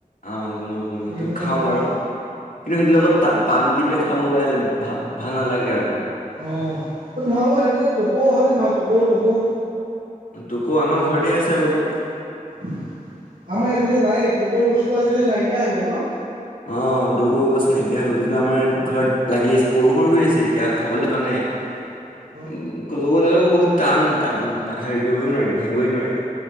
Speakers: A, on the left (about 70°); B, on the right (about 80°).
A: অঁ, গোমল কোমল
B: তুমি সেইটো
A: তো
B: খাব
A: খাও
B: পাৰা
A: বাৰু কিন্তু সেইটোৰ লগত তা পাণ দি পেলাই খাব পাৰে ভ ভাল নালাগে আকৌ।
B: অঁ তোমালোকৰ সেইফালে টকো হয় নে নহয় টকৌ টকৌ?
A: তোকৌ আমাৰ ঘৰতেই আছে আ'ক
B: আমাৰ এইফালে নাইয়ে তকৌৰ বস্তুটো আজিকালি নাইকিয়া হৈ গ'ল অ।
A: অ টকৌ গছ নাইকিয়া হৈ গ'ল, কিন্তু আমাৰ ইয়াত ঘৰত লাগি আছে সৰু সৰু শুই আছে এতিয়া খাবলৈ হোৱা নাই।
B: উ <inaudible>
A: ওম টকৌতা বহুত টান হেৰি কৰিবই নোৱাৰি ভাঙিবই নোৱাৰি।